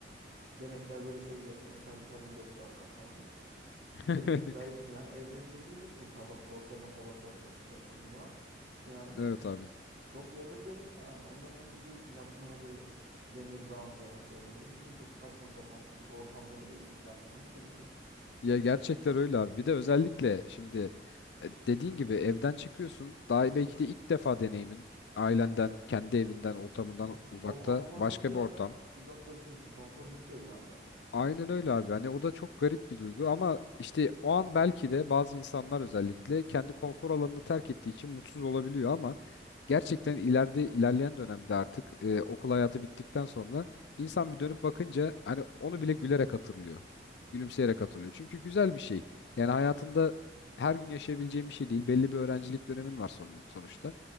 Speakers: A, on the right; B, on the left.
A: Yemekler böyle şeyde metal tabldotlarda falan. <laughs>
B: <laughs>
A: Garip garip bir şey. Yani evde şeyde yiyorsun ya tabak, porselen tabak var, kaşık var, şu bu var. Yani
B: Evet abi.
A: çok yadırgadım yani. Ondan sonra gidiyorsun yatmaya böyle demir ranza böyle ne bileyim çok saçma sapan bir ortamda buluyorsun kendini. <laughs>
B: Ya gerçekten öyle abi. Bir de özellikle şimdi e, dediğin gibi evden çıkıyorsun. Daha belki de ilk defa deneyimin ailenden, kendi evinden, ortamından
A: Hı.
B: uzakta
A: O konfordan
B: başka
A: bir anda
B: bir ortam.
A: uzaklaşıyorsun. Konfor bitiyor bir anda.
B: Aynen öyle abi. Hani o da çok garip bir duygu ama işte o an belki de bazı insanlar özellikle kendi konfor alanını terk ettiği için mutsuz olabiliyor ama gerçekten ileride ilerleyen dönemde artık e, okul hayatı bittikten sonra insan bir dönüp bakınca hani onu bile gülerek hatırlıyor. Gülümseyerek hatırlıyor. Çünkü güzel bir şey. Yani hayatında her gün yaşayabileceğim bir şey değil. Belli bir öğrencilik dönemin var son, sonuçta.